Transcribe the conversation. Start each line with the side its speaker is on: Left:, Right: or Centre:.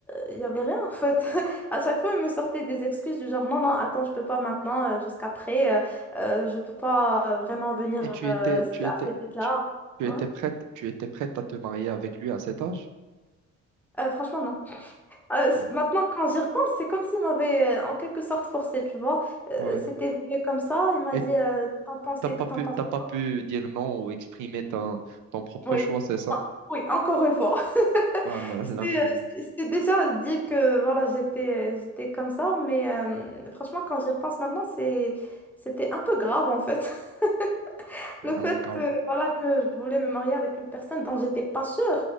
Centre: il n'y avait rien en fait. <laughs> À chaque fois, il me sortait des excuses du genre, non, non, attends, je peux pas maintenant, euh, jusqu'après, euh, euh, je peux pas euh, vraiment venir
Right: Et tu
Centre: euh,
Right: étais, tu
Centre: à
Right: étais,
Centre: cette date-là.
Right: tu, tu
Centre: Ouais.
Right: étais prête, tu étais prête à te marier avec lui à cet âge?
Centre: Euh, franchement, non. Euh, c'est-
Right: Ouais.
Centre: maintenant, quand j'y repense, c'est comme s'il m'avait euh, en quelque sorte forcé, tu vois. Euh,
Right: Ouais.
Centre: c'était venu comme ça, il m'a
Right: Et
Centre: dit euh, T'en pensais,
Right: T'as pas
Centre: t'en
Right: pu,
Centre: penses
Right: t'as pas
Centre: quoi?
Right: pu dire non ou exprimer ton, ton propre
Centre: Oui.
Right: choix, c'est ça?
Centre: En- oui, encore une fois. <laughs>
Right: Voilà,
Centre: C'était
Right: <laughs> l'influence.
Centre: euh, c'était- c'était déjà dit que voilà, j'étais euh, j'étais comme ça, mais euh, franchement, quand j'y repense maintenant, c'est c'était un peu grave en fait. <laughs>
Right: Vraiment
Centre: Le fait
Right: grave.
Centre: euh, voilà, que je voulais me marier avec une personne dont j'étais pas sûre.